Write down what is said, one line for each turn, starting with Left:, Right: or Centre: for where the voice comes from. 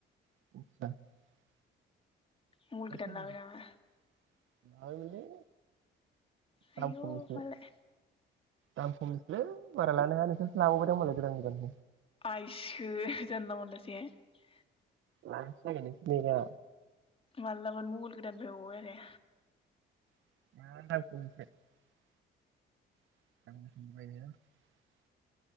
Right: <unintelligible>
Left: मबाइल
Right: लाबायमोनलै।
Left: गोदान लाबाय नामा? आयौ
Right: दाम खमनिसो
Left: मालाय
Right: दाम खमनिसोलै बारा लानाङ नोंसो लाबावबाय मालाय गोदान गोदान
Left: आइसो जानला मोनलासोहाय ।
Right: लानोसो नागिरदों नै दा
Left: मालाबानो मबाइल गोदान बायबावबाय आरो
Right: <unintelligible> <unintelligible>